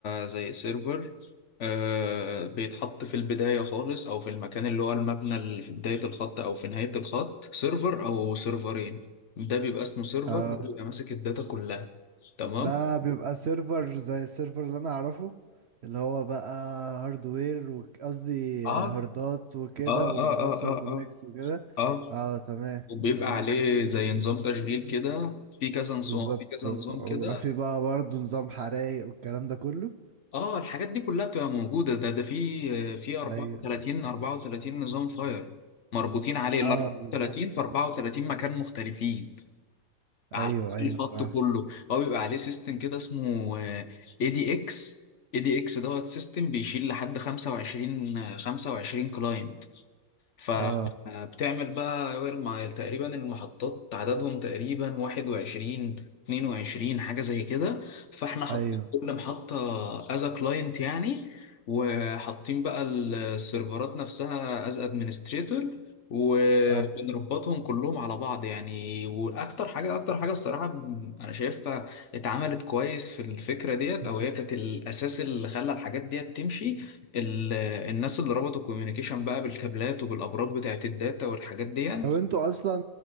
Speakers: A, on the left; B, on the right.
A: زي سيرفر آه بيتحط في البداية خالص أو في المكان اللي هو المبنى اللي في بداية الخط أو في نهاية الخط سيرفر أو سيرفرين ده بيبقى اسمه سيرفر
B: آه.
A: ده بيبقى ماسك الداتا كلها تمام؟
B: ده بيبقى سيرفر زي السيرفر اللي انا اعرفه اللي هو بقى هاردوير وك- قصدي
A: اه
B: هاردات وكده
A: اه
B: ومتوصل
A: اه اه اه
B: كونكس
A: اه
B: وكده
A: اه
B: اه تمام
A: وبيبقى
B: تمام
A: عليه زي نظام تشغيل كده في كذا نظام
B: بالظبط
A: في كذا
B: وبيبقى
A: نظام كده
B: في بقى برضه نظام حرايق والكلام ده كله
A: اه الحاجات دي كلها بتبقى موجودة ده ده في في مم. 34
B: ايوه
A: 34 نظام فاير مربوطين عليه ال
B: اه
A: 34
B: بالظبط
A: في 34 مكان مختلفين على
B: ايوه ايوه
A: كل خط
B: اه
A: كله هو بيبقى عليه سيستم كده اسمه اي دي اكس اي دي اكس دوت سيستم بيشيل لحد 25 25 كلاين فبتعمل
B: آه،
A: بقى ما تقريبا المحطات عددهم تقريبا 21 22 حاجة زي كده فاحنا حاطين
B: ايوه
A: كل محطة از ا كلاينت يعني وحاطين بقى ال- السيرفرات نفسها از ادمنستريتور وبنربطهم
B: اه
A: كلهم على بعض يعني واكتر حاجه اكتر حاجه الصراحه ب- انا شايفها اتعملت كويس في الفكره ديت
B: مم.
A: او هي كانت الاساس اللي خلى الحاجات ديت تمشي ال- الناس اللي ربطوا الكوميونيكيشن بقى بالكابلات وبالابراج بتاعت الداتا والحاجات دي يعني.
B: طب انتوا اصلا